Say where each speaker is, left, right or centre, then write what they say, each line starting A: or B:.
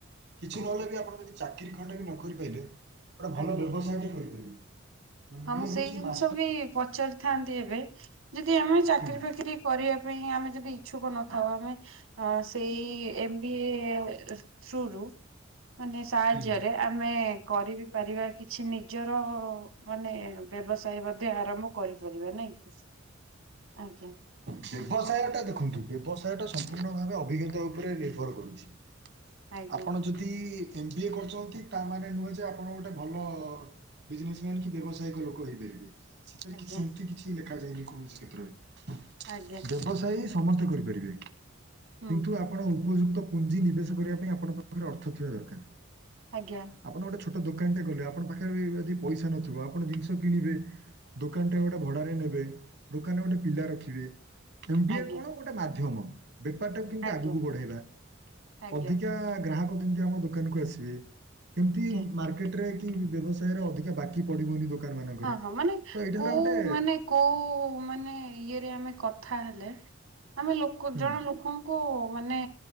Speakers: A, on the right; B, on the right.
A: କିଛି
B: ଆଜ୍ଞା
A: ନହେଲେ ବି ଆପଣ ଯଦି ଚାକିରୀ ଖଣ୍ଡେ ବି ନ କରି ପାରେଲେ ଗୋଟେ ଭଲ
B: ଆଜ୍ଞା
A: ବ୍ୟବସାୟଟେ କରିପାରିବେ
B: ହଁ
A: ଏ ହୋଉଚି
B: ସେଇ ଜିନିଷ
A: ମା
B: ମୁଁ ବି ପଚାରିଥାନ୍ତି ଏବେ ଯଦି ଆମେ ଚାକିରି
A: ହୁଁ
B: ଫାକିରି କରିବା ପାଇଁ ଆମେ ଯଦି ଇଛୁକ ନଥାଉ ଆମେ ସେଇ ଏମ୍ ବି ଏ ଥ୍ରୁରୁ ମାନେ ସାହାଯ୍ୟରେ
A: ହୁଁ
B: ଆମେ କରିବିି ପାରିବା କିଛି ନିଜର ମାନେ ବ୍ୟବସାୟ ମଧ୍ୟ ଆରମ୍ଭ କରିପାରିବା ନାଇଁ କି ଆଜ୍ଞା
A: ବ୍ୟବସାୟ ଟା ଦେଖନ୍ତୁ ବ୍ୟବସାୟ ଟା ସମ୍ପୂର୍ଣ୍ଣ ଭାବେ ଅଭିଜ୍ଞତା ଉପରେ ନିର୍ଭର କରୁଛି।
B: ଆଜ୍ଞା
A: ଆପଣ ଯଦି ଏମ ବି ଏ କରୁଛନ୍ତି ତାମାନେ ନୁହେଁ ଯେ ଆପଣ ଗୋଟେ ଭଲ ବିଜନେସ ମ୍ୟାାନ କି ବ୍ୟବସାୟିକ ଲୋକ ହେଇପାରିବେ। ସେଥିରେ
B: ଆଜ୍ଞା
A: କିଚି ସେମିତି କିଛି ଲେଖା ଯାଇନି କୌଣସି କ୍ଷେତ୍ରରେ।
B: ଆଜ୍ଞା।
A: ବ୍ୟବସାୟ ସମସ୍ତେ କରିପାରିବେ,
B: ହୁଁ
A: କିନ୍ତୁ
B: ହୁଁ
A: ଆପଣ ଉପଯୁକ୍ତ ପୁଞ୍ଜି ନିବେଶ କରିବା ପାଇଁ ଆପଣ ପାଖରେ ଅର୍ଥ ଥିବା ଦରକାର।
B: ଆଜ୍ଞା।
A: ଆପଣ ଗୋଟେ ଛୋଟ ଦୋକାନ ଟେ କଲେ ଆପଣ ପାଖରେ ପଇସା ନଥିବ ଆପଣ ଜିନିଷ କିଣିବେ ଦୋକାନଟା ଗୋଟେ କି ନେବେ ଦୋକାନରେ ଗୋଟେ ପିଲା ରଖିବେ ଏମ୍ ବିଏ
B: ଆଜ୍ଞା
A: କଣ ଗୋଟେ ମାଧ୍ୟମ। ବେପାର ଟାକୁ କେମତି
B: ଆଜ୍ଞା
A: ଆଗକୁ ବଢେଇବା
B: ଆଜ୍ଞା
A: ଅଧିକା ଗ୍ରାହକ କେମତି ଆମ ଦୋକା ନକୁ ଆସିବେ, କେମିତି
B: ଆଜ୍ଞା
A: ମାର୍କେଟରେ କି ବ୍ୟବସାୟରେ ଅଧିକ ବାକି ପଡିବନି ଦୋକାନ ମାନଙ୍କରେ,
B: ହଁ ହଁ ମାନେ
A: ତ ଏଇଟା ହେଲା
B: କୋଉ
A: ଗୋଟେ
B: ମାନେ କୋଉ ମାନେ ଇଏରେ ଆମେ କଥା ହେଲେ ଆମେ ଲୋକ କୁ
A: ହୁଁ
B: ଜଣେ ଲୋକଙ୍କୁ ମାନେ